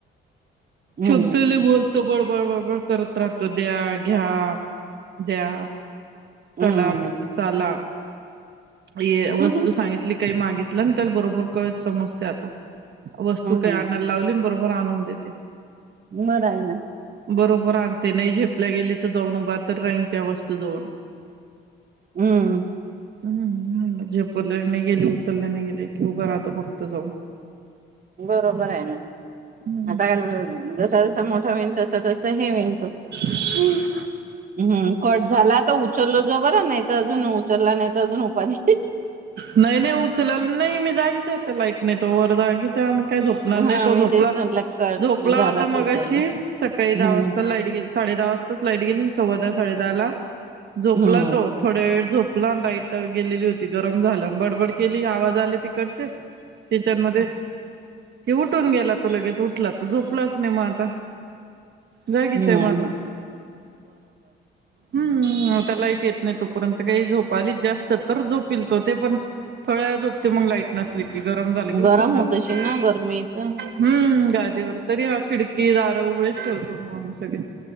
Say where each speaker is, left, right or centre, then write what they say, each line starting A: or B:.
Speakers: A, on the right; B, on the right.
A: हम्म
B: चबधले बोल तो बळबळ बळबळ करत राहतो द्या घ्या द्या.
A: हम्म
B: चला म चला ये
A: हम्म
B: वस्तू
A: हम्म
B: सांगित काही मागितलं त्या बरोबर कळ समजते, आता वस्तू काही
A: हम्म
B: आणायला लावली बर- वर आणून देते.
A: बरं आहे ना.
B: बरोबर आणते नाही झेपल्या गेली तर जाऊन उभा तर राहीन त्या वस्तूजवळ.
A: हम्म
B: हम्म झेपल्याने गेले उचलल्याने गेले कि उभा राहतो फक्त जाऊन.
A: बरोबर आहे ना
B: हम्म
A: आता का जसा जसा मोठा विनतोसा तसा हे विनतो.
B: हम्म
A: हम् कट झाला तर उचलो जो बर नाही तर अजून उचलला नाही तर अजून उपाध
B: नाही नाही उचललं नाही मी जागीचत लाईट नाही तो वर जागीच आहे आम का झोपणार नाही,
A: हा
B: तो
A: मी
B: झोपला
A: तेच म्हटलं कट
B: झोपला
A: झाला
B: होता,
A: तर
B: मगाशी
A: उचललं
B: सकाळी
A: हम्म
B: दहा वाजता लाईट- साडे दहा वाजताच लाईट गेली, सव्वादा साडे दहा ला जोपला
A: हम्म
B: तो. थोड्या वेळ झोपला लाईट गेलेली होती, गरम झालं बडबड केली, आवाज आले तिकडचे
A: <unintelligible>
B: पिचर मधे की उठून गेला तो लगेच, उठला त झोपलाच नाही मग आता जा
A: हम्म
B: म हम्म आता लाईट येत नाही तुप परंत काही झोप आली जास्त तर झोपील तो, ते पण थोड्या व झोपते मग लाईट नसली की गरम झाले, की उठून
A: गरम
B: झाले
A: होत अशील ना गरमीच
B: हम्म गादीवर तरी हा खिडकी दारं उघडच ठेवतो, मग आम्ही सगळे.